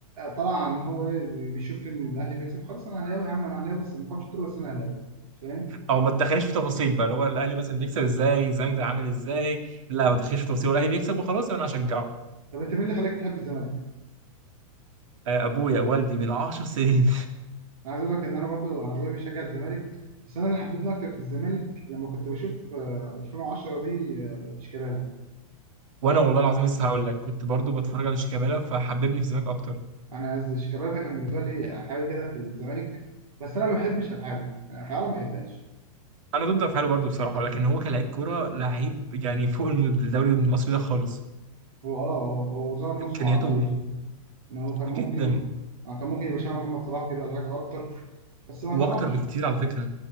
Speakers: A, on the right (about 75°); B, on the right (about 60°).
A: طلع ان هو ايه بي- بيشوف ان الاهلي بيكسب خلاص انا اهلاوي يا عم انا اهلاوي بس ما بفهمش كوره بس انا اهلاوي أنت فاهم
B: او ما تدخليش في تفاصيل بقى اللي هو الاهلي مثلا بيكسب ازاي زايد عامل ازاي لا ما تدخليش في تفاصيل الاهلي بيكسب وخلاص يبقى انا هشجعه
A: طب انت مين اللي خلاك تحب الزمالك
B: آه، ابويا والدي من 10 سنين
A: انا عايز اقول لك ان انا برضو انا ابويا بيشجع الزمالك بس انا اللي حببني اكتر في الزمالك لما كنت بشوف آه، 2010 دي آه، شيكابالا
B: <laughs> وانا والله العظيم لسه هقول لك كنت برضو بتفرج على شيكابالا فحببني في سماك اكتر
A: انا عايز- شيكابالا ده كان بالنسبه لي حاجه كده في الزمالك بس انا ما بحبش افعاله يعني افعاله ما بحبهاش
B: انا ضد افعاله برضو بصراحه لكن هو كلاعب كوره لعيب يعني فوق الم- الدوري المصري ده خالص
A: هو اه هو هو ظلم
B: امكانياته
A: نفسه بعقليته ان هو كان
B: جدا
A: ممكن آه، كان ممكن يبقى شبه محمد صلاح كده ولا حاجه اكتر بس ما
B: واكتر
A: تعرفش
B: بكتير على فكره